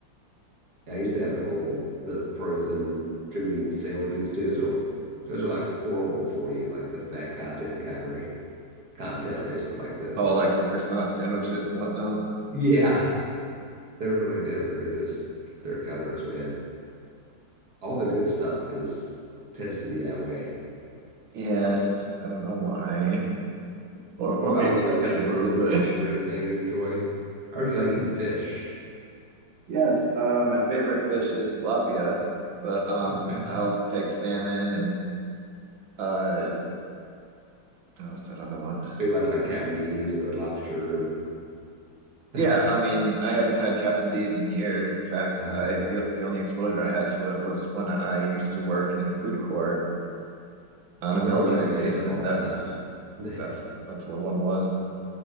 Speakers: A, on the right; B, on the right.
A: Yeah, I used
B: You can
A: to have the little the frozen Jimmy Dean sandwiches too. Those are those are like horrible for you, like the fat content and calorie. content
B: uh,
A: based like those
B: oh,
A: a lot.
B: like the croissant sandwiches and whatnot.
A: Yeah, <laughs> they're really good, but they're just they're killers, man. All the good stuff is tends to be that way.
B: Yes,
A: Uh,
B: I don't know why, or or
A: what about
B: maybe
A: any
B: I
A: kind
B: do,
A: of frozen
B: but
A: fish or anything you enjoy? I heard you like eating fish.
B: <laughs> yes, uh, my favorite fish is tilapia, but um,
A: Okay,
B: I'll take salmon and uh, oh, what's that other one?
A: so you like like Captain D's and Red Lobster and
B: Yeah,
A: <laughs>
B: I mean, I haven't had Captain D's in years. In fact,
A: uh,
B: I the, the only exposure I had to it was when I used to work in a food court on
A: uh,
B: a
A: growing
B: military
A: up, I used
B: base,
A: to have it
B: and
A: all
B: that's
A: the time. <laughs>
B: that's that's where one was.